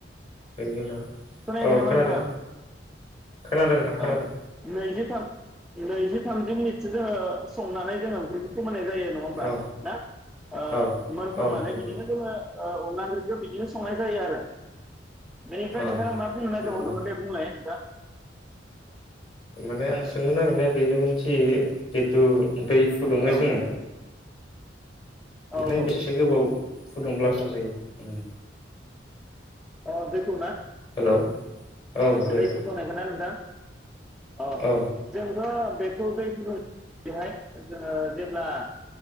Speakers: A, on the left; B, in the centre.
A: बेनि उनाव
B: खोनायाखै
A: औ
B: नामा
A: खोनादों
B: नोंथां?
A: खोनादों नोंथां
B: अ
A: खोनादों।
B: <unintelligible> नैजि थामजि मिनिटसो जोङो संनानै जोङो ओंख्रिखौ फो फोमोननाय जायो नङा होमबा
A: औ
B: ना ओ
A: औ
B: मोनखांनानै
A: औ नंगौ
B: बिदिनो जोङो ओ अनला ओंख्रिखो बिदिनो संनाय जायो आरो बेनिफ्राय
A: औ
B: नोंथाङा मा बुंनो नागिरबावदोंमोन
A: माने
B: दे बुंलाय नोंथां।
A: माने आं सोंनो नागिरनाया बेनोमोन जि जितु दै फुदुङो
B: औ
A: जोङो
B: औ
A: <unintelligible>
B: औ
A: बेसेसो गोबाव फुदुंब्ला मोजां जायो ओ।
B: अ दैखौ ना?
A: हेलौ औ दैखौ
B: दै फुदुंनायखौ ना नोंथां? अ
A: औ
B: जों <unintelligible> बेखौ दै फुदुंनायहाय जोङो जेब्ला